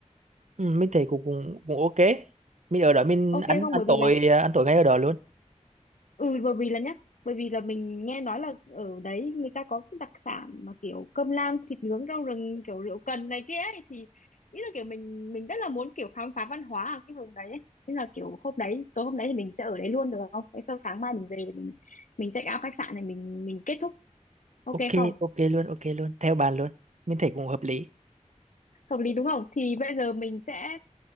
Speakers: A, on the right; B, on the left.
A: ừ mình thấy cũng cũng cũng ok mình ở đó mình
B: ok
A: ăn
B: không
A: ăn
B: bởi
A: tối
B: vì là
A: à, ăn tối ngay ở đó luôn
B: ừ bởi vì là nhá bởi vì là mình nghe nói là ở đấy người ta có cái đặc sản mà kiểu cơm lam thịt nướng rau rừng kiểu rượu cần này kia ấy thì ý là kiểu mình mình rất là muốn kiểu khám phá văn hóa ở cái vùng đấy ấy. Thế là kiểu hôm đấy tối hôm đấy thì mình sẽ ở đấy luôn được không? Thế sau sáng mai mình về thì mình mình check out khách sạn này mình mình kết thúc ok
A: ok
B: không?
A: ok luôn ok luôn theo bạn luôn mình thấy cũng hợp lý
B: hợp lý đúng không thì bây giờ mình sẽ